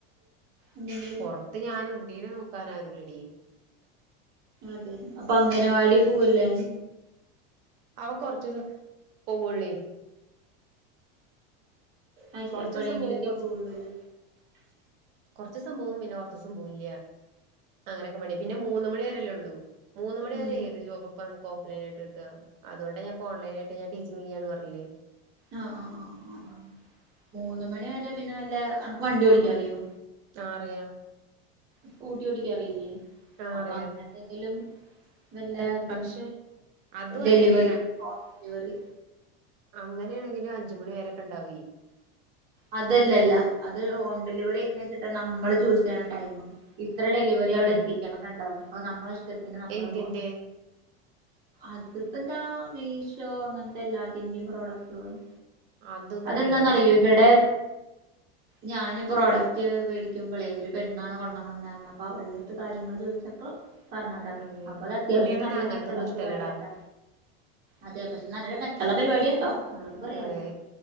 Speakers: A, on the right; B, on the right.
A: എന്തെങ്കിലും
B: പൊറ ത്ത് ഞാന് ഉണ്ണീനെ നോക്കാനാരുല്ലെടി
A: അതെ അപ്പ അംഗനവാടി പോവല്ലേ?
B: അഹ് കൊർച്ചൂസം പോവുള്ളേ.
A: ആഴ്ച
B: കൊർച്ചൂസം
A: എപ്പോഴെങ്കിലൊക്കെ
B: പോവും കൊറച്ച്
A: പോവുള്ളൂല്ലേ
B: കൊറച്ചൂസം പോവും പിന്നെ കൊറച്ചൂസം പോവില്ല. അങ്ങനൊക്കെ മടി പിന്നെ മൂന്ന് മണി വരെയല്ലേള്ളൂ, മൂന്ന് മണി
A: ഉം
B: വരെ ഏത് ജോബ ഇപ്പം നമുക്ക് ഓഫ് ലൈനായിട്ട് കിട്ട്, അതുകൊണ്ട ഞാപ്പോ ഓൺലൈ നായിട്ട് ഞാൻ ടീച്ചിങ് ചെയ്യാണ് പർഞ്ഞിലെ.
A: ആഹ് ആഹ് ആഹ് ആഹ് മൂന്ന് മണി വരെ പിന്നെ വല്ല അണക്ക് വണ്ടി ഓടിക്കാ അറിയോ?
B: ആ അറിയാ
A: സ്കൂട്ടി ഓടിക്കാറിയില്ലേ
B: ആഹ്
A: അപ്പൊ
B: അറിയാ
A: അങ്ങനെന്തെങ്കിലും വല്ലാ അതും
B: പക്ഷെ അതും
A: ഡെലിവറി,
B: അതെടി
A: ഹോം ഡെലിവറി.
B: അങ്ങനെയാണെങ്കിലും അഞ്ചുമണി വരൊക്കെ ഇണ്ടാവ്.
A: അതെല്ലല്ല അത് ഹോം ഡെലിവറി എങ്ങനെ വെച്ചിട്ട നമ്മള് ചൂസ് ചെയ്യണ ടൈമാ. ഇത്ര ഡെലിവറി അവിടെ
B: അതെ
A: എത്തിക്കണന്ന് ഇണ്ടാവും അത് നമ്മള ഇഷ്ടത്തിന് നമ്മള്
B: എന്തിന്റെ
A: പോ അത്പ്പഎന്താ മീഷോ അങ്ങൻത്തെ എല്ലാത്തിന്റെയും പ്രോഡക്റ്റുകളും.
B: അതൊന്നും
A: അതെന്താന്നറിയോ
B: ഉണ്ണിയേട്ടന് ഇഷ്ടല്ലേ
A: ഇവിടെ ഞാന് പ്രോഡക്റ്റ് വേടിക്കുമ്പളേ ഒരു പെണ്ണാണ് കൊണ്ട്
B: ആഹ്
A: വന്നേർഞ്ഞ ആ പെണ്ണെട്ത് കാര്യങ്ങങ്ങള് ചോദിച്ചപ്പോ പറഞ്ഞതാ
B: അതെ
A: അപ്പൊ അത് അത്യാവശ്യം
B: ഉണ്ണിയേട്ടന്
A: നല്ല
B: അങ്ങനത്തൊന്നും
A: മെച്ചള്ള പരിപാടിയാട്ടാ.
B: ഇഷ്ടല്ലടാ
A: അതെ, പക്ഷെ നല്ലൊരു മെച്ചുള്ള പരിപാടിട്ടോ ഉള്ളത് പറയാലോ
B: അതെ